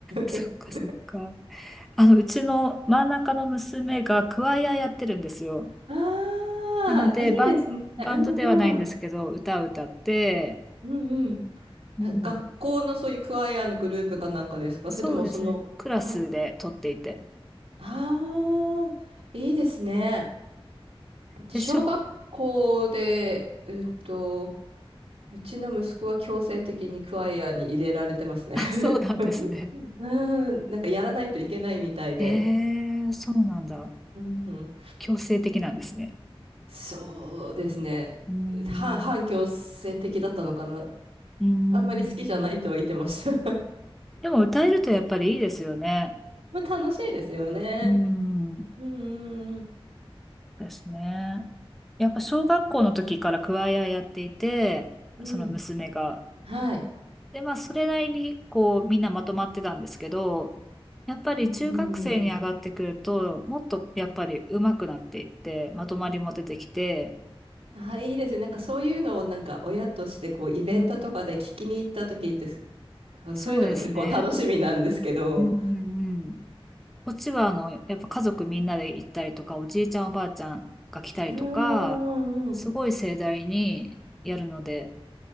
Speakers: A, in the centre; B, on the right.
A: そっかそっか。
B: <laughs>
A: あの、うちの真ん中の娘がクワイアやってるんですよ。
B: ああ、
A: なので、
B: いいですね。
A: バン、バンドではないんですけど、
B: うんうん。
A: 歌を歌って、
B: うんうん。
A: うん、
B: あ学校のそういうクワイアのグループかなんかですかそれともその、
A: そうですね、クラスで撮っていて。
B: あ、ああ、いいですね。うち小学校で、
A: でしょ、<laughs>
B: えっと、うちの息子は強制的にクワイアに入れられてますね。
A: あ、そうなんですね。
B: <laughs> うん、なんかやらないといけないみたいで。
A: へえ、そうなんだ。
B: うん、うん
A: 強制的なんですね。
B: そうですね。
A: うーん、
B: 反、反強制的だったのかな。
A: うーん。
B: あんまり好きじゃないとは言ってました。<laughs>
A: でも歌えるとやっぱりいいですよね。
B: まあ楽しいですよね。
A: うーん、
B: うんうんうん。
A: ですね。やっぱ小学校の時からクワイアやっていて、
B: うん。
A: その娘が。
B: はい。
A: で、まあ、それなりに、こう、みんなまとまってたんですけど、やっぱり中学生に上がってくると、
B: うんうんうんうん。
A: もっとやっぱり上手くなっていって、まとまりも出てきて、
B: あ、いいですね。なんかそういうのをなんか親としてこうイベントとかで聞きに行った時ってす、
A: うん。
B: あそういうのが結構楽しみなんですけど。
A: そうですね。うんうんうん。こっちは、あの、やっぱ家族みんなで行ったりとか、おじいちゃんおばあちゃんが来たりとか、
B: うんうんうん。
A: すごい盛大にやるので、